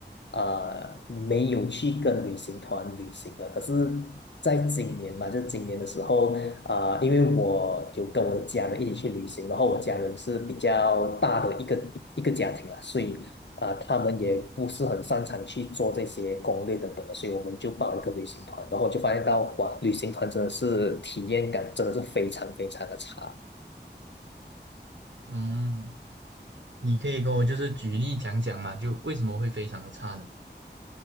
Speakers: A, on the left; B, on the right.
A: 呃没有去跟旅行团旅行的，可是在今年吧，就是今年的时候，啊、因为我有跟我的家人一起去旅行，然后我家人是比较大的一个一一个家庭啦，所以啊、呃他们也不是很擅长去做这些攻略等等的，所以我们就报一个旅行团，然后就发现到哇，旅行团真的是体验感真的是非常非常的差。
B: 嗯，你可以跟我就是举例讲讲嘛，就为什么会非常的差呢？